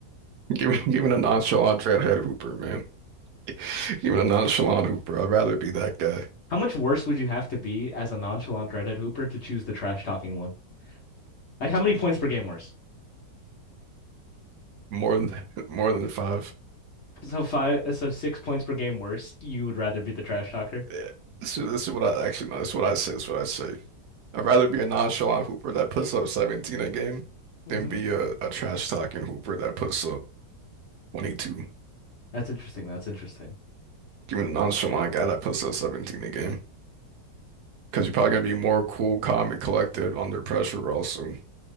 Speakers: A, on the right; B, on the left.
A: <laughs> Give me give me the nonchalant dreadhead Hooper, man. <laughs> Give me the nonchalant Hooper. I'd rather be that guy
B: How much worse would you have to be as a nonchalant redhead hooper to choose the trash talking one? Like how many points per game worse?
A: more than <laughs> more than five.
B: So five, so six points per game worse. You would rather be the trash talker.
A: Yeah. This is, this is what I actually no, this is what I say. This is what I say. I'd rather be a nonchalant hooper that puts up 17 a game
B: Mm-hmm.
A: than be a, a trash talking hooper that puts up 22. Give
B: That's interesting. That's interesting.
A: me the nonchalant guy that puts up 17 a game. Because
B: Mhm.
A: you're probably going to be more cool, calm, and collected under pressure, also.